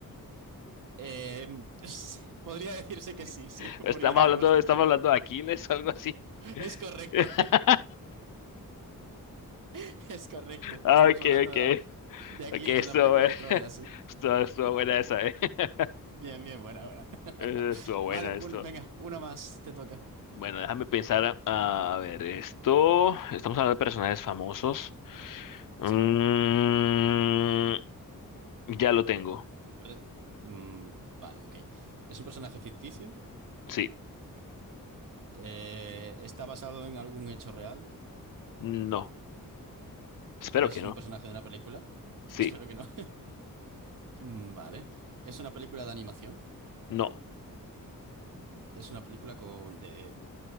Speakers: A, on the right; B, on the left.
A: Eh, <laughs> podría decirse que sí,
B: <laughs>
A: sí, <laughs> murió
B: Estamos
A: de una
B: hablando,
A: forma estúpida.
B: estamos hablando de Aquiles o algo así.
A: Es correcto,
B: <laughs>
A: <laughs> es correcto.
B: Ah,
A: Estamos
B: ok,
A: hablando
B: ok.
A: de la, De Aquiles
B: Ok, estuvo,
A: en la película
B: bu-
A: de
B: <laughs>
A: Troya, sí.
B: estuvo, estuvo buena esa, eh. <laughs>
A: Bien, bien, buena, buena. <laughs>
B: Eh, Estuvo buena,
A: Vale, un-
B: esto.
A: venga, una más te toca.
B: Bueno, déjame pensar. A, ver, esto. Estamos hablando de personajes famosos. Mm,
A: Sí.
B: ya lo tengo.
A: puede- Mm, vale, ok. Es un personaje ficticio.
B: Sí.
A: Eh, está basado en algún hecho real.
B: No. Espero
A: Es
B: que no.
A: un personaje de una película. <laughs>
B: Sí.
A: Espero que no. <laughs> Mm, Vale. Es una película de animación.
B: No.
A: Es una película con de,